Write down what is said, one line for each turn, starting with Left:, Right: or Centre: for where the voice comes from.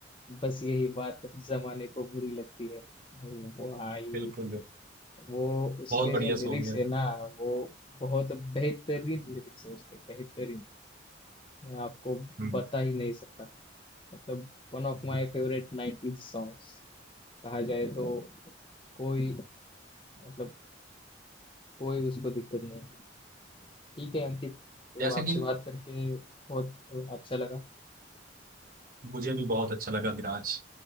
Left: बस यही बात जमाने को बुरी लगती है वो आई
Right: बिल्कुल बिल्कुल,
Left: वो उसके
Right: बहुत बढ़िया
Left: जो लिरिक्स
Right: सॉन्ग है
Left: है ना वो बहुत बेहतरीन लिरिक्स है उसके बेहतरीन मैं आपको
Right: हम्म
Left: बता ही नहीं सकता मतलब one of my favourite 90s songs कहा जाए तो कोई मतलब कोई उसको दिक्कत नहीं ठीक है अंकित तो
Right: जैसे
Left: आपसे
Right: कि
Left: बात करके बहुत अच्छा लगा
Right: मुझे भी बहुत अच्छा लगा विराज